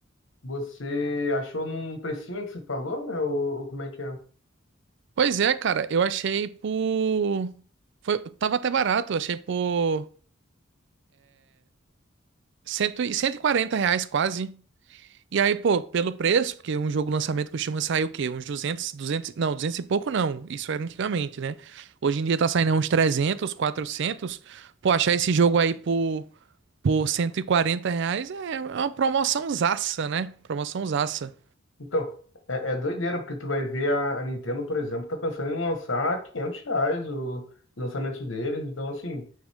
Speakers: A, on the left (about 70°); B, on the right (about 60°).
A: você achou num precinho que você falou, né? Ou, ou como é que é?
B: Pois é, cara, eu achei por. Foi... Tava até barato, eu achei por cento... e- cento e quarenta reais quase. E aí, pô, pelo preço, porque um jogo lançamento costuma sair o quê? Uns 200 200 não, 200 e pouco não. Isso era antigamente, né? Hoje em dia tá saindo uns 300 quatrocentos Pô, achar esse jogo aí por, por 140 reais é é uma promoção zaça, né? Promoção zaça.
A: Então, é, é doideira, porque tu vai ver a, a Nintendo, por exemplo, tá pensando em lançar 500 reais o lançamento deles, então assim,